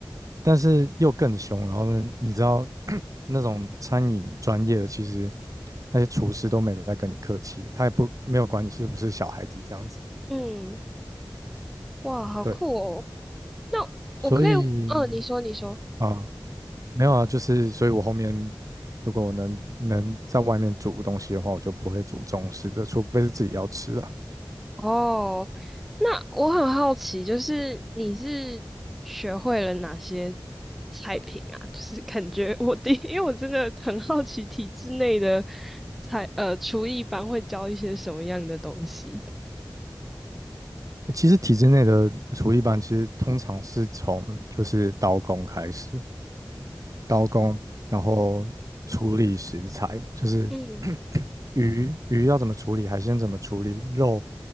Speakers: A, on the right (about 45°); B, in the centre.
A: 但是又更凶。然后呢，你知道 <clears throat> 那种餐饮专业的，其实那些厨师都没有在跟你客气的，他也不没有管你是不是小孩子这样子。
B: 嗯，哇，好酷哦！
A: 对，
B: 那我可以，
A: 所以
B: 嗯，你说，你说。
A: 啊、没有啊，就是所以我后面如果我能能在外面煮东西的话，我就不会煮中式的，除非是自己要吃的。
B: 哦，那我很好奇，就是你是学会了哪些菜品啊？就是感觉我第，<laughs> 因为我真的很好奇体制内的菜，呃，厨艺班会教一些什么样的东西。
A: 其实体制内的厨艺班，其实通常是从就是刀工开始，刀工，然后处理食材，就是
B: 嗯，
A: <coughs> <clears throat> 鱼鱼要怎么处理，海鲜怎么处理，肉